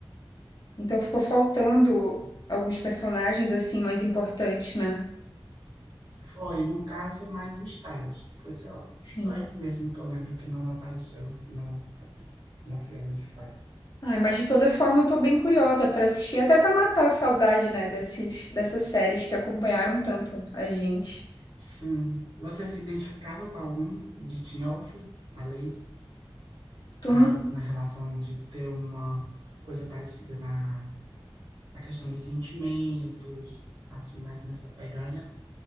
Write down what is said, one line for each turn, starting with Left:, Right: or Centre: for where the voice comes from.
Left: então ficou faltando alguns personagens, assim, mais importantes, né?
Right: Foi, no caso, mais o Styles. Foi só,
Left: Sim.
Right: foi só ele mesmo que eu lembro que não apareceu no, no filme, de fato.
Left: Ai, mas de toda forma eu tô bem curiosa pra assistir, até pra matar a saudade, né, desses, dessas séries que acompanharam tanto a gente.
Right: Sim. Você se identificava com algum de Teen Wolf? A lei?
Left: Tô
Right: A,
Left: no...
Right: na relação de ter uma coisa parecida na, na questão dos sentimentos, assim, mais nessa pegada?